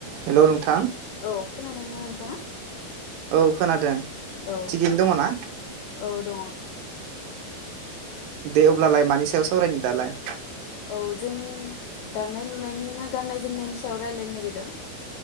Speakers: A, on the right; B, on the left.
A: हेल' नोंथां।
B: औ खोनादोंना नोंथाङा?
A: औ खोनादों।
B: औ
A: थिगैनो दङ ना
B: औ दङ।
A: दे अब्लालाय मानि सायाव सावरायनो दालाय।
B: औ जों दानाय लुनायनि ना गान्नाय जोमनायनि सायाव रायज्लायनो नागिरदों?